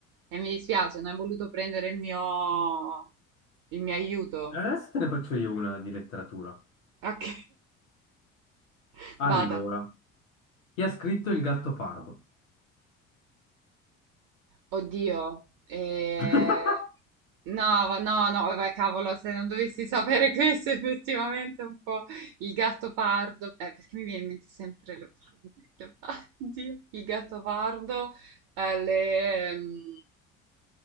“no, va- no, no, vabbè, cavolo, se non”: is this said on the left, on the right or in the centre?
Right